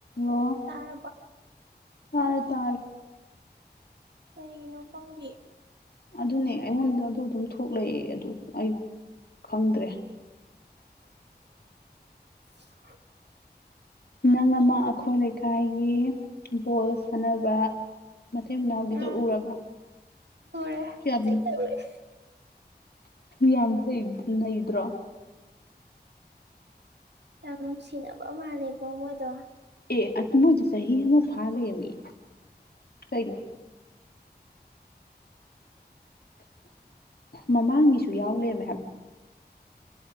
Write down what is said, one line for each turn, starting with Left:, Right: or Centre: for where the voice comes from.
Left: ꯑꯣ
Right: ꯇꯥꯔꯕ
Left: ꯇꯥꯔꯦ ꯇꯥꯔ
Right: ꯀꯩꯒꯤꯅꯣ ꯈꯪꯒꯤ
Left: ꯑꯗꯨꯅꯦ ꯑꯩꯉꯣꯟꯗ ꯑꯗꯨ ꯑꯗꯨꯝ ꯊꯣꯛꯂꯛꯑꯦ ꯑꯗꯨ ꯑꯩ ꯈꯪꯗ꯭ꯔꯦ
Right: <inaudible> <inaudible>
Left: ꯅꯪ ꯑꯃ ꯑꯩꯈꯣꯏ ꯂꯩꯀꯥꯏꯒꯤ ꯕꯣꯜ ꯁꯥꯟꯅꯕ ꯃꯇꯩ ꯃꯅꯥꯎꯒꯤꯗꯣ
Right: ꯎꯝ
Left: ꯎꯔꯕ
Right: ꯎꯔꯦ
Left: ꯀꯩ ꯍꯥꯏꯕꯅꫭ
Right: ꯆꯤꯛꯇ ꯎꯔꯦ
Left: ꯌꯥꯝ ꯗꯩ ꯅꯩꯗ꯭ꯔꯣ
Right: ꯌꯥꯝ ꯅꯨꯡꯁꯤꯅꯕ ꯃꯥꯜꯂꯦꯀꯣ ꯃꯣꯏꯗꯣ
Left: ꯑꯦ ꯑꯠꯃꯨꯏꯗꫭ ꯆꯍꯤ ꯑꯃ ꯐꯥ ꯂꯩꯔꯃꯤ ꯀꯩꯅꯣ ꯃꯃꯥꯡꯒꯤꯁꯨ ꯌꯥꯎꯂꯦꯔꯃꯦꯍꯥꯏꯕ